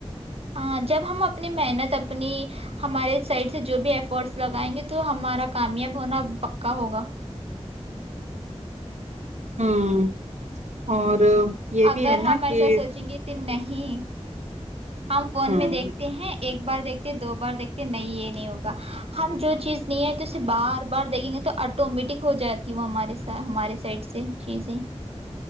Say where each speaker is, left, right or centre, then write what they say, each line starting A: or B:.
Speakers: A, on the right; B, on the right.
A: ہاں جب ہم اپنی محنت اپنی ہمارے سائڈ سے جو بھی ایفرٹس لگائیں گے تو ہمارا کامیاب ہونا پکا ہوگا
B: ہوں اور یہ
A: اگر
B: بھی ہے نا
A: ہم
B: کہ
A: ایسا سوچیں گے تو نہیں ہی ہم فون
B: ہوں
A: میں دیکھتے ہیں ایک بار دیکھتے دو بار دیکھتے نہیں یہ نہیں ہوگا ہم جو چیز نہیں ہے تو اسے بار بار دیکھیں گے تو آٹومیٹک ہو جاتی وہ ہمارے س ہمارے سائڈ سے چیزیں